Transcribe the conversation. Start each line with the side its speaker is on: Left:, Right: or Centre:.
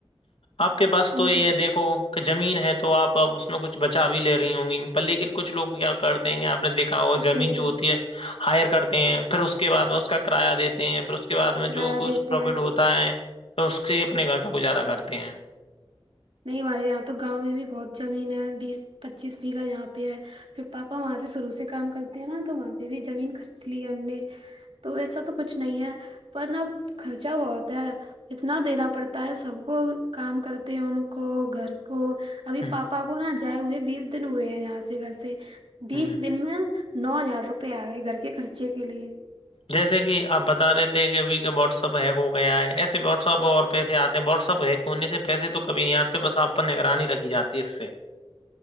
Left: آپ کے پاس
Right: ان
Left: تو یہ
Right: کا
Left: ہے دیکھو کہ زمین ہے تو آپ ا اس میں کچھ بچا بھی لے رہی ہوں گی پ لےیکن کچھ لوگ کیا کر دیں گے آپ نے دیکھا ہو
Right: کچھ
Left: زمین
Right: نہیں کر
Left: جو ہوتی ہے ہائر کرتے ہیں پھر اس کے بعد میں اس کا کرایہ دیتے ہیں پھر اس کے بعد
Right: کرایہ
Left: میں جو کچھ
Right: دیتے
Left: پروفٹ
Right: ہیں
Left: ہوتا ہے تو اس سے ہی اپنے گھر کا گزارا کرتے ہیں
Right: نہیں ہمارے یہاں تو گاؤں میں بھی بہت زمین ہے بیس پچیس بییھہ یہاں پہ ہے پھر پاپا وہاں سے شروع سے کام کرتے ہیں نا تو وہاں پہ بھی زمین خرید لی ہے ہم نے تو و ایسا تو کچھ نہیں ہے پرنب خرچا بہت ہے اتنا دینا پڑتا ہے سب کو کام کرتے ہیں ان کو گھر کو ابھی
Left: ہوں،
Right: پاپا کو نہا جائے ہوئے بیس دن ہوئے ہیں یہاں سے گھر سے بیس
Left: ہوں۔
Right: دن میں نو ہزار روپئے آ گئے گھر کے خرچے کے لیے
Left: جیسے کہ آپ بتا رہے تھے کہ ابھی واٹس ایپ ہیک ہو گیا ہے ایسے واٹسپ اور پیسے آتے ہیں واٹس ایپ ہیک ہونے سے پیسے تو کبھی نہیں آتے بس آپ پر نگرانی رکھی جاتی ہے اس سے